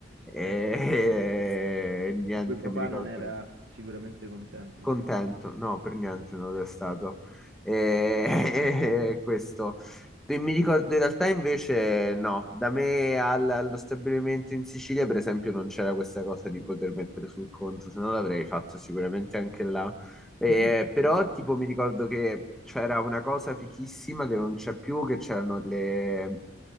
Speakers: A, in the centre; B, on the right.
A: E
B: eh sì.
A: <laughs> niente,
B: di cui Io- papà
A: mi ricordo
B: non era
A: che
B: sicuramente contento.
A: contento, no, per niente non lo è stato. E, <laughs> e questo. E mi ricordo in realtà invece no, da me al- allo stabilimento in Sicilia per esempio non c'era questa cosa di poter mettere sul conto, se no l'avrei fatto sicuramente anche là. Eh,
B: Mm.
A: però tipo mi ricordo che c'era una cosa fichissima che non c'è più, che c'erano le-